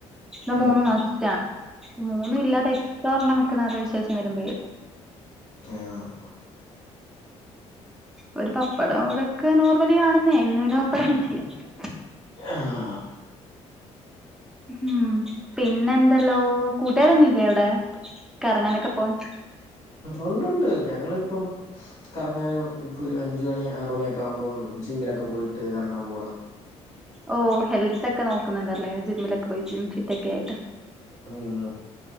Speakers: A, in the centre; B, on the left.
A: ഇത്
B: ആഹ്
A: മൂന്നും മഷ്റ്റ മൂന്നും ഇല്ലാതെ എസ് ചോർണ്ണ നിക്കുന്ന അലോ വിശേഷം വരുബേ ഒള്ളു..
B: മ്യാഹ.
A: ഒരു പപ്പടം ഇവിടെക്കെ നോർമലിയാണെന്നേ ഇന്ന് പിന്നെ പപ്പടം വചിട്ടില്ല. <inaudible>
B: ആഹ്
A: ഉം പിന്നെന്തല്ലോ കൂട്ടുകാരൊന്നുല്ലേ അവിടെ കറങ്ങാനൊക്കെ പോവാൻ
B: ഉണ്ട്ണ്ട് ഞങ്ങളിപ്പം കറങ്ങാനും ഇപ്പൊ ഒരു അഞ്ച് മണി ആറു മണിയൊക്കാവുമ്പം ജിമ്മിലൊക്കെ പോയിട്ട് കറങ്ങാൻ പോവുട
A: ഓ ഹെൽതോക്കെ നോക്കുന്നുണ്ടല്ലേ ജിമ്മിലൊക്കെ പോയി ജിം ഫിറ്റൊക്കെ ആയിട്ട്
B: ഉം